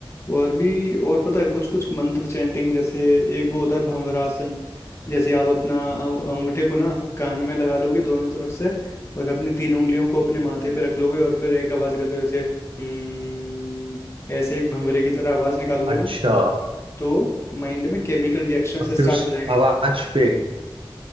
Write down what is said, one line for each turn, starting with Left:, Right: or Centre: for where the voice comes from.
Left: और भी और पता है कुछ कुछ मंत्र चैंटिंग जैसे एक वो होता है भंवरासन जैसे आप अपना अंग- अंगूठे को ना कान में लगा लोगे दोनों तरफ से और अपनी तीन उंगलियों को अपने माथे पे रख लोगे और फिर एक आवाज करते हो जैसे हम्म ऐसे एक भंवरे की तरह आवाज निकालोगे
Right: अच्छा
Left: ना तो माइंड में केमिकल रिएक्शन से
Right: और
Left: स्टार्ट
Right: फिर उस
Left: हो जाएंगे
Right: आवाज पे